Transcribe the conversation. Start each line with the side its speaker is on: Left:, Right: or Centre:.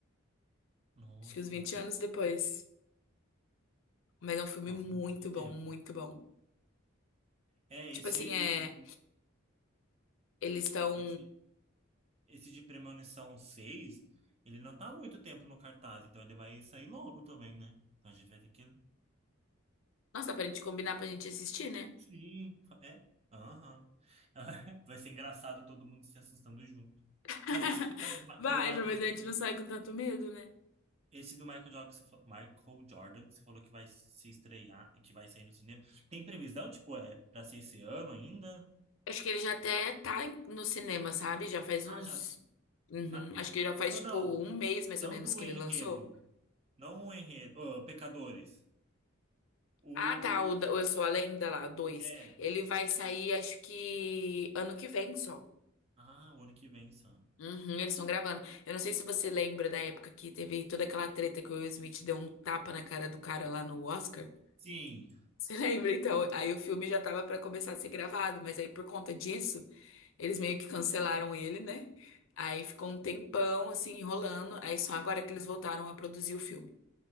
Right: Nossa.
Left: Acho que uns 20 anos depois. Mas é um filme
Right: Nossa,
Left: muito
Right: bastante
Left: bom,
Right: tempo.
Left: muito bom.
Right: É,
Left: Tipo
Right: esse,
Left: assim, é.
Right: o-
Left: Eles estão.
Right: esse, esse de Premonição seis ele não tá há muito tempo no cartaz, então ele vai sair logo também, né? Então a gente vai ter que
Left: Nossa, dá pra gente combinar pra gente assistir, né?
Right: Sim, é. Aham. <laughs> Vai ser engraçado todo mundo se assustando junto.
Left: <laughs>
Right: Mas esse que você falou do Ma-
Left: Vai,
Right: que é o Michael
Left: pelo menos
Right: Jordan,
Left: a gente não sai com tanto medo, né?
Right: esse do Michael Jordan que você falou, Michael Jordan que você falou que vai se estrear e que vai sair no cinema. Tem previsão, tipo, é para ser esse ano ainda?
Left: Acho que ele já até tá em- no cinema, sabe? Já faz
Right: Ah,
Left: uns.
Right: já.
Left: Uhum,
Right: Mas,
Left: Acho que já faz
Right: não,
Left: tipo
Right: não,
Left: um mês mais
Right: não
Left: ou menos
Right: do
Left: que
Right: enredo,
Left: ele lançou.
Right: não o enredo, Ah, Pecadores. O
Left: Ah, tá. O, da- o Eu Sou a Lenda lá, dois.
Right: é,
Left: Ele vai sair, acho que ano que vem só.
Right: ah, o ano que vem só.
Left: Uhum, eles estão gravando. Eu não sei se você lembra da época que teve toda aquela treta que o Will Smith deu um tapa na cara do cara lá no Oscar.
Right: Sim.
Left: Você <laughs> lembra? Então, aí o filme já tava pra começar a ser gravado, mas aí por conta disso, eles meio que cancelaram ele, né? Aí ficou um tempão assim enrolando, aí só agora que eles voltaram a produzir o filme.